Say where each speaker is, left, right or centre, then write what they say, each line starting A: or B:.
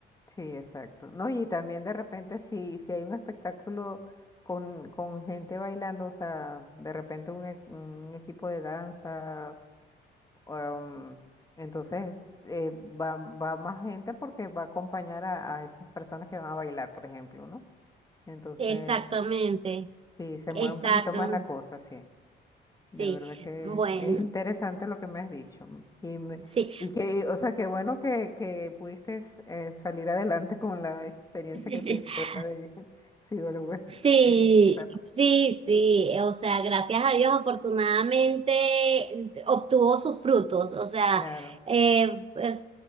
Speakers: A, on the left (about 15°); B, on the right (about 30°).
A: Sí, exacto. No, y también de repente si, si hay un espectáculo con, con gente bailando, o sea, de repente un, e- un equipo de danza, um, entonces eh, va, va más gente porque va a acompañar a, a esas personas que van a bailar, por ejemplo, ¿no? Entonces,
B: Exactamente,
A: sí, se
B: exacto,
A: mueve un poquito más la cosa, sí. De
B: sí.
A: verdad que
B: Bueno,
A: es interesante lo que me has dicho. mm, Y, me-
B: sí.
A: y que, o sea, qué bueno que, que pudiste eh, salir adelante con la experiencia
B: <laughs>
A: que te quedó de <laughs> psicólogo. es-
B: Sí,
A: es- bueno,
B: sí, sí, o sea, gracias a Dios, afortunadamente obtuvo sus frutos, o sea,
A: Claro,
B: eh, pues,